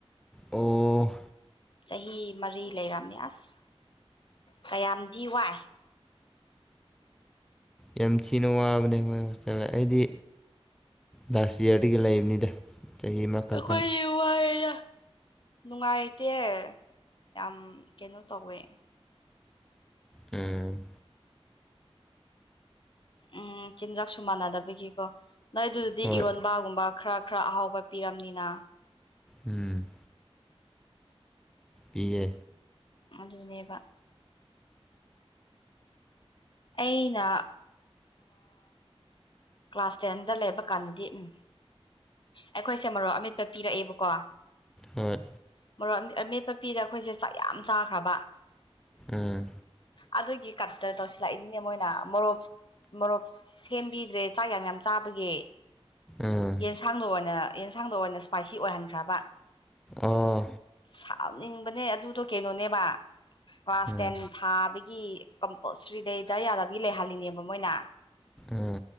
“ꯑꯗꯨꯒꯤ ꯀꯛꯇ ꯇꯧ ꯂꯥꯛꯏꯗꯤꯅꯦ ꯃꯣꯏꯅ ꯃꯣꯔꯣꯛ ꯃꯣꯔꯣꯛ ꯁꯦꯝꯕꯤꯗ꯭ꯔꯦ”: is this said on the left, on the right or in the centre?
Left